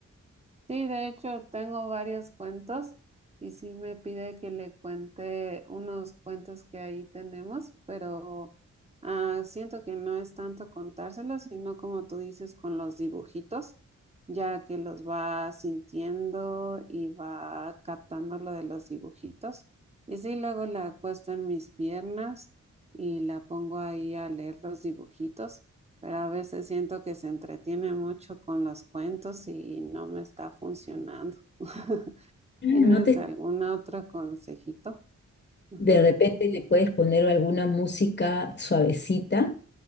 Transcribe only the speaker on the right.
Sí, de hecho tengo varios cuentos y sí me pide que le cuente unos cuentos que ahí tenemos, pero ah, siento que no es tanto contárselos, sino como tú dices con los dibujitos, ya que los va sintiendo y va captando lo de los dibujitos. Y sí, luego la acuesto en mis piernas y la pongo ahí a leer los dibujitos pero a veces siento que se entretiene mucho con los cuentos y no me está funcionando. <laughs>
¿Tienes
algún otro consejito? Ajá.